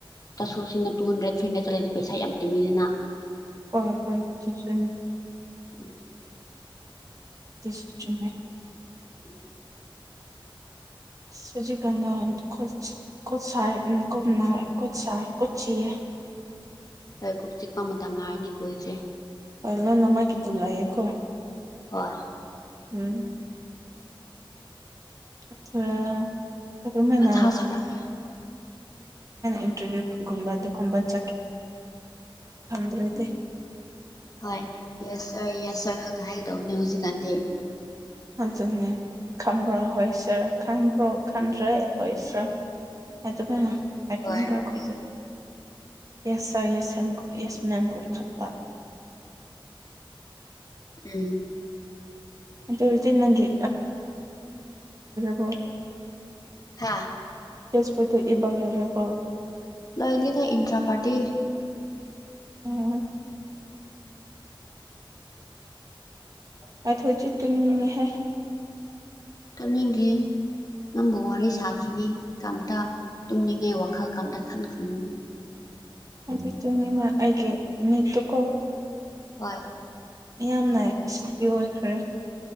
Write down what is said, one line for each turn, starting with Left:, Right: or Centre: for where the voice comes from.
Left: ꯆꯠꯊꯣꯛ ꯁꯤꯅ ꯇꯨ ꯍꯟꯗ꯭ꯔꯦꯠ ꯊ꯭ꯔꯤ ꯍꯟꯗ꯭ꯔꯦꯠ ꯆꯠꯂꯗꯤ ꯄꯩꯁꯥ ꯌꯥꯝ ꯇꯤꯡꯉꯤꯗꯅ
Right: ꯍꯣꯏ ꯍꯣꯏ ꯆꯨꯁꯦ
Left: ꯎꯝ
Right: ꯗꯨꯁꯨ ꯆꯨꯝꯃꯦ
Left: ꯎꯝ
Right: ꯁꯤꯖꯤ ꯀꯟꯗ ꯀꯣꯠ ꯀꯣꯠ ꯁꯥꯢ ꯎꯝ ꯀꯣꯠ ꯅꯥꯢ ꯀꯣꯠ ꯁꯥꯢ ꯀꯣꯛ ꯆꯤꯛꯑꯦ
Left: ꯍꯣꯏ ꯀꯣꯛ ꯆꯤꯛꯄ ꯃꯇꯝ ꯂꯥꯛꯔꯅꯤ ꯀꯨꯏꯗ꯭ꯔꯦ
Right: ꯑꯥ ꯂꯣꯢꯅꯃꯛꯀꯤꯗꯨ ꯂꯩꯌꯦꯀꯣ
Left: ꯍꯣꯢ
Right: ꯎꯝ <unintelligible> ꯍꯣꯢ <unintelligible> ꯃꯥꯢꯅ
Left: ꯃꯊꯥ ꯁꯥꯔꯛꯀꯅꯨ
Right: ꯏꯟꯇ꯭ꯔꯚꯌꯨ ꯒꯨꯝꯕ ꯑꯗꯨꯒꯨꯝꯕ ꯆꯠ <unintelligible>
Left: ꯍꯣꯏ ꯌꯦꯁ ꯁꯔ ꯌꯦꯁ ꯁꯔ ꯈꯛꯇꯥ ꯍꯥꯏꯒꯗꯧꯕꯅꯦ ꯍꯧꯖꯤꯛꯀꯥꯟꯗꯤ
Right: ꯑꯗꯨꯅꯦ ꯈꯝꯕ꯭ꯔꯣ ꯍꯣꯏ ꯁꯥꯔ ꯈꯟ ꯕꯔꯣ ꯈꯟꯗ꯭ꯔꯦ ꯍꯣꯏ ꯁ꯭ꯔ ꯑꯗꯨꯃꯥꯏꯅ <unintelligible>
Left: ꯍꯣꯏ
Right: ꯌꯦꯁ ꯁꯔ ꯌꯦꯁ <unintelligible>
Left: ꯎꯝ
Right: ꯑꯗꯨꯔꯗꯤ ꯅꯪꯒꯤ <unintelligible>
Left: ꯍꯥꯥ
Right: <unintelligible> ꯂꯣꯏꯔꯕꯣ
Left: ꯂꯣꯏꯗꯦꯗ ꯏꯟꯇ꯭ꯔꯥ ꯄꯥꯥꯔꯇꯤ
Right: ꯎꯝ <unintelligible>
Left: ꯇꯨꯝꯅꯤꯡꯒꯤ ꯅꯪꯕꯨ ꯋꯥꯔꯤ ꯁꯥꯈꯤꯅꯤ ꯀꯝꯇ ꯇꯨꯝꯅꯤꯡꯉꯦ ꯋꯥꯈꯜ ꯀꯝꯇ ꯈꯟꯈꯤꯅꯤ
Right: ꯑꯗꯨ <unintelligible> ꯑꯩꯒꯤ ꯃꯤꯠꯇꯀꯣ
Left: ꯍꯣꯏ
Right: ꯌꯥꯝꯅ ꯏ꯭ꯁꯂꯤꯄꯤ ꯑꯣꯏꯈ꯭ꯔꯦ